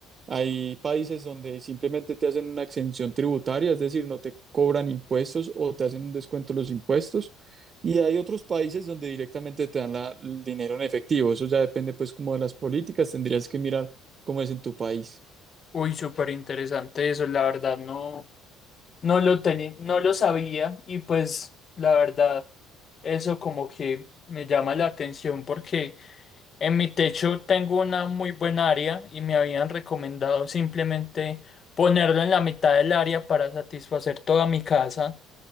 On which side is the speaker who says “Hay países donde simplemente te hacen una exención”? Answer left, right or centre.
Right